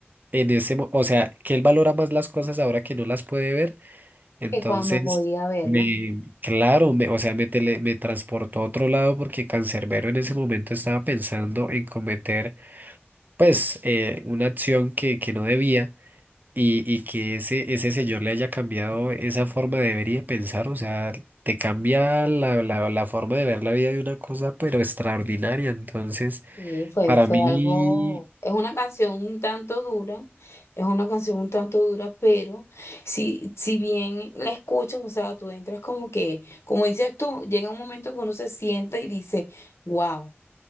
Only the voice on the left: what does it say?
Que cuando podía verla,
sí, fue,
fue
algo, Es una canción un tanto dura, es una canción un tanto dura, pero si, si bien la escuchas, o sea, tú entras como que, como dices tú, llega un momento que uno se sienta y dice, wow.